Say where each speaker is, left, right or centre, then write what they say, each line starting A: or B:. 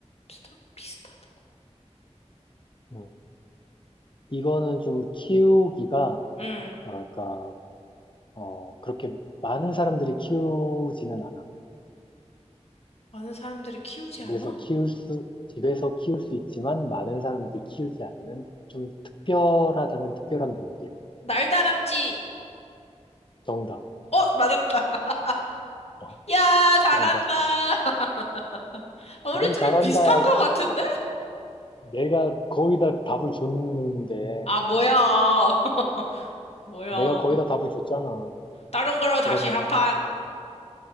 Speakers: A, on the left (about 60°); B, on the left (about 45°).
A: 햄스터랑 비슷하다고.
B: 음, 이거는 좀 키우기가,
A: 응.
B: 뭐랄까, 어, 그렇게 많은 사람들이 키우지는 않아.
A: 많은 사람들이 키우지
B: 집에서
A: 않아?
B: 키울 수, 집에서 키울 수 있지만 많은 사람들이 키우지 않는 좀 특별하다면 특별한 동물이야.
A: 날다람쥐!
B: 정답.
A: 어, 맞았다. <laughs>
B: 어,
A: 야, 잘한다.
B: 정답.
A: <laughs> 우리
B: 뭘
A: 둘이
B: 잘한다.
A: 비슷한 것 같은데?
B: 내가 거의 다 답을 줬는데,
A: 아, 뭐야. <laughs> 뭐야.
B: 내가 거의 다 답을 줬잖아.
A: 다른 걸로 다시
B: 그러면
A: 한 판.